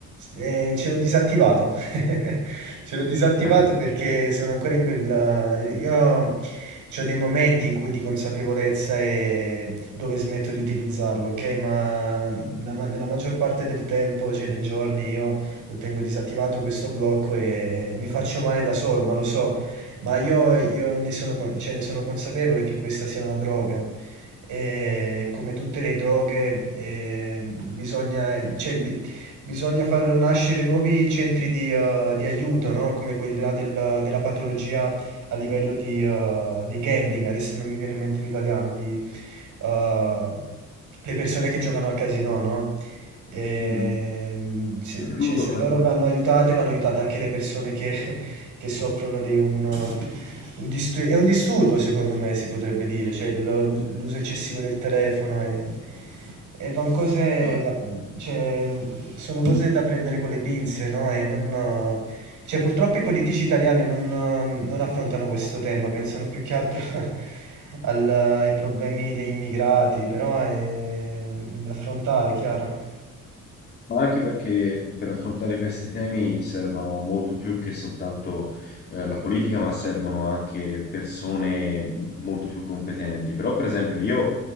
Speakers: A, on the right; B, on the left.
A: ehm, ce l'ho disattivato. <laughs> Ce l'ho disattivato
B: <laughs>
A: perché sono ancora in quel io c'ho dei momenti in cui di consapevolezza, ehm, dove smetto di utilizzarlo, okay, ma la ma nella maggior parte del tempo, cioè dei giorni, io lo tengo disattivato questo blocco e mi faccio male da sol ma lo so, ma io io ne sono con cioè ne sono consapevole che questa sia una droga. Ehm, come tutte le droghe, ehm, bisogna cioè bi bisogna far nascere nuovi centri di uhm, di aiuto, no, come quelli là del della patologia a livello di, eh, di gambling, adesso non mi viene in mente in italiano, di eh, le persone che giocano al casino, no? Ehm,
B: Eh, mm,
A: se, cioè,
B: ludopatia.
A: se loro vanno aiutate, vanno aiutate anche le persone che, <laughs> che soffrono di un, un distur- è un disturbo, secondo me, si potrebbe dire, cioè il- l'uso eccessivo del telefono è e van cose,
B: Vabbè.
A: va- cioè, sono cose da prendere con le pinze, no? E non, eh, cioè, purtroppo i politici italiani non, eh, non affrontano questo tema, pensano più che altro <laughs> al- ai problemi degli immigrati, però è da affrontare, chiaro.
B: Ma anche perché per affrontare questi temi servono molto più che soltanto eh, la politica, ma servono anche persone molto più competenti. Però, per esempio, io